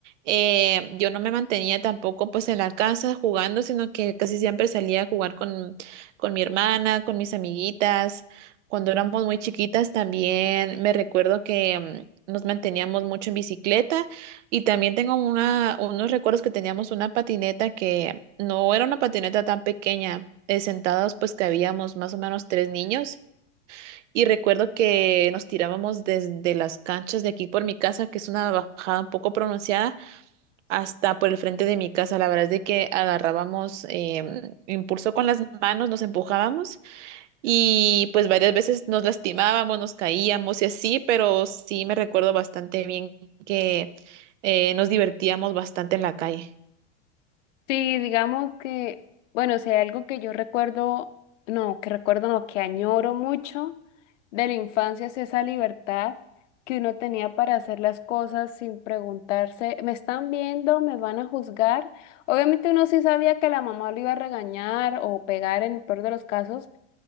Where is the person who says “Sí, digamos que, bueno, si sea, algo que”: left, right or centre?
Left